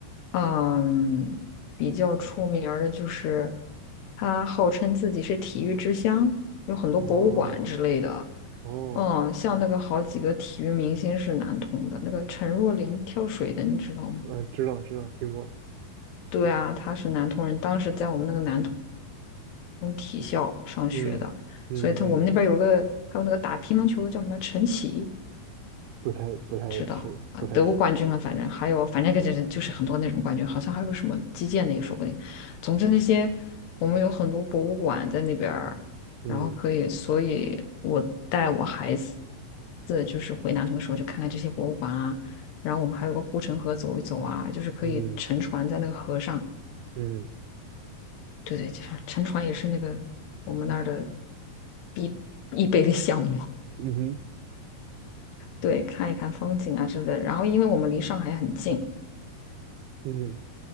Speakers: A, on the left; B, on the right.
A: 嗯，比较出名儿的就是他号称自己是体育之乡，有很多博物馆之类的。
B: 哦哦，
A: 嗯，像那个好几个体育明星是南通的，那个陈若琳跳水的，你知道吗？
B: 呃，知道知道，听过。
A: 对啊，她是南通人，当时在我们那个南通从体校上学的，
B: 嗯嗯嗯，
A: 所以他我们那边有个还有那个打乒乓球的叫什么陈琦，
B: 不太不太熟悉，
A: 知道啊，
B: 不太熟悉。
A: 得过冠军啊，反正还有反正就是就是很多那种冠军，好像还有什么击剑的也说不定。总之那些我们有很多博物馆在那边儿，
B: 嗯
A: 然后可以，所以我带我孩子就是回南通的时候就看看这些博物馆啊，然后我们还有个护城河走一走啊，就是可以乘船在那个河上。
B: 嗯嗯
A: 对对，就是沉船也是那个我们那儿的必必备的项目。
B: 嗯哼
A: 对，看一看风景啊之类的。然后，因为我们离上海很近，
B: 嗯嗯